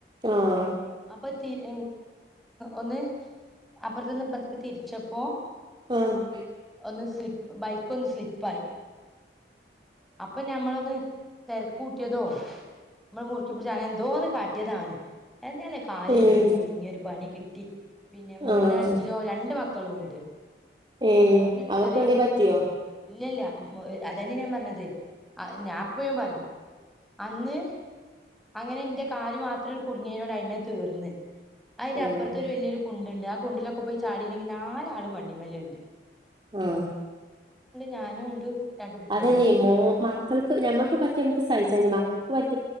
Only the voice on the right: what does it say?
ആഹ
ആഹ്
ഏഹ്
ആഹ്
ഏഹ്
അവർക്കെന്തേ
പറ്റിയോ
ആഹ്
ആ
അതന്നെയ
മോ മക്കൾക്ക് ഞമ്മക്ക് പറ്റി നമുക്ക് സഹിച്ച മക്കൾക്ക് പറ്റി